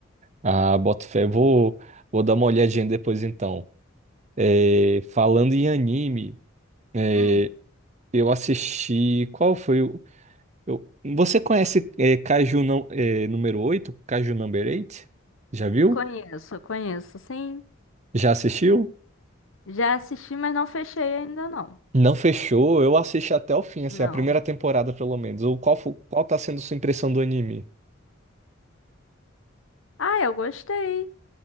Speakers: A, on the right (about 35°); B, on the left (about 70°).
A: Ah, boto fé. Vou, vou dar uma olhadinha depois então. É, falando em anime, é,
B: Hum,
A: eu assisti. Qual foi o. eu- você conhece é, Kaiju não, é, número 8, Kaiju Number 8? Já viu?
B: conheço, conheço, sim.
A: Já assistiu?
B: Já assisti, mas não fechei ainda não.
A: Não fechou. Eu assisti até o fim, assim,
B: Não.
A: a primeira temporada pelo menos. Ou qual, fo- qual tá sendo sua impressão do anime?
B: Ah, eu gostei.